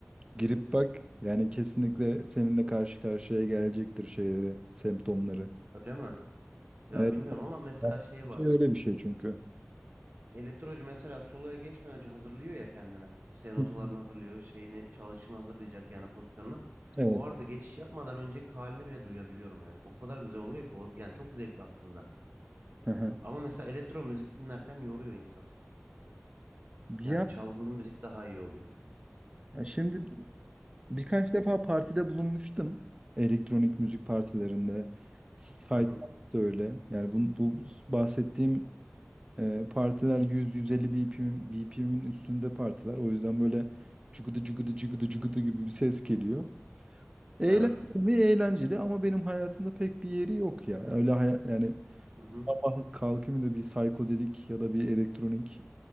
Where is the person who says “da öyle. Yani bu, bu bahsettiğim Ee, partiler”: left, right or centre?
Right